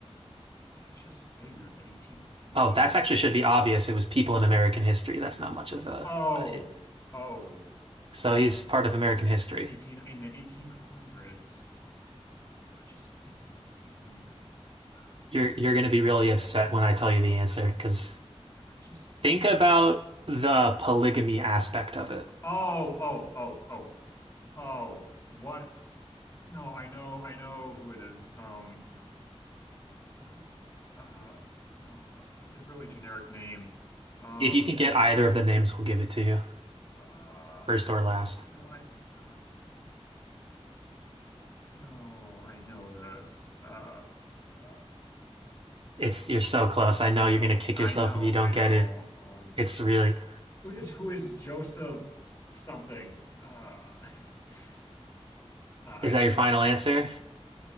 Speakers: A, on the left; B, on the right.
A: religious figure in the 1800s?
B: Oh, that's actually should be obvious. It was people in American history. That's not much of a,
A: Oh,
B: a hint.
A: oh,
B: So he's part of American history.
A: eighteen in the 1800s. Religious figure in the 1800s. Oh,
B: You're you're gonna be really upset when I tell you the answer, because
A: religious figure?
B: think about the polygamy aspect of it.
A: Oh, oh, oh, oh, oh. What? No, I know, I know who it is. Um, who, uh, no, it's a really generic name. Um,
B: If you can get either of the names, we will give it to you,
A: uh,
B: first or last.
A: no, I, uh, no, I know this. Uh, uh,
B: It's you're so close. I know
A: I
B: you're
A: know,
B: gonna kick
A: I
B: yourself
A: know,
B: if you don't
A: I
B: get
A: know.
B: it.
A: Um,
B: It's really,
A: who who is Joseph something? Uh, <laughs> I,
B: is that your final
A: I,
B: answer?